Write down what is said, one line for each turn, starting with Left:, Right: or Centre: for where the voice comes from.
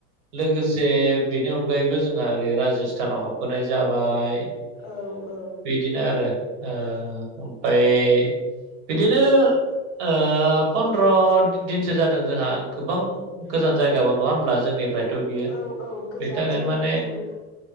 Right: लोगोसे बेनि अनगायैबो जोंहा ओरै राजस्थानाव हाबबोनाय जाबाय।
Left: औ-औ!
Right: बिदिनो आरो ओ ओमफाय बिदिनो ओ फनद्र दिनसो जादों। जोंहा गोबां गोजान
Left: औ
Right: जायगाबो। नङा होनोमब्ला जोंनिफ्रायथ' बियो?
Left: औ औ गोजान
Right: बेनि थाखायनो
Left: जायो
Right: माने
Left: जों